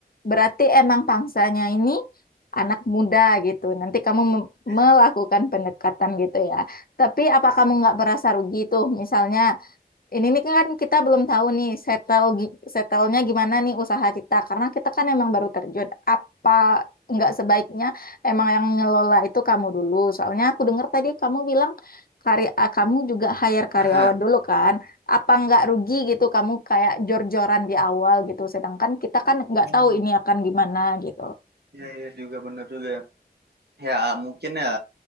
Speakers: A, on the left (about 65°); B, on the right (about 85°).
A: berarti emang pangsanya ini anak muda gitu nanti kamu mem-
B: iya.
A: melakukan pendekatan gitu ya tapi apa kamu nggak merasa rugi tuh misalnya ini nih kan kita belum tahu nih settle gi- settlenya gimana nih usaha kita karena kita kan emang baru terjun. Apa nggak sebaiknya emang yang ngelola itu kamu dulu? Soalnya aku dengar tadi kamu bilang karya ah, kamu juga hire karyawan
B: Ah,
A: dulu kan? Apa nggak rugi gitu kamu kayak jor-joran di awal gitu? Sedangkan kita kan nggak
B: oh,
A: tahu ini akan gimana gitu.
B: iya iya juga bener juga Ya, mungkin ya.